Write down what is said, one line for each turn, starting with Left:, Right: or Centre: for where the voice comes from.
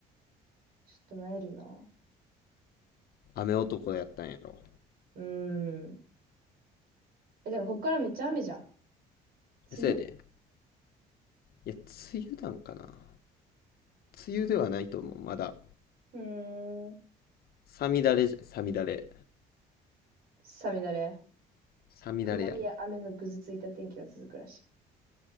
Right: ちょっとなえるな。
Left: 雨男やったんやろ。
Right: うーん。え、だからこっからめっちゃ雨じゃん。梅雨
Left: え、せやで。いや、梅雨なんかな。梅雨ではないと思う。まだ。
Right: うーん。
Left: さみだれじゃ、さみだれ。
Right: さみだれ。
Left: さみだれやろ。
Right: 曇りや雨のぐずついた天気が続くらしい。